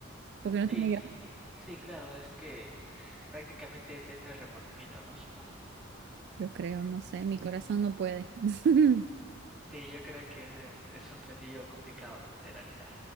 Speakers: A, on the right; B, in the centre.
A: porque no
B: Sí,
A: tiene grasa.
B: sí, claro, es que prácticamente te entra el remordimiento, ¿no? Supongo.
A: Yo creo, no sé, mi corazón no puede. <laughs>
B: Sí, yo creo que ese es, es un platillo complicado de realizar.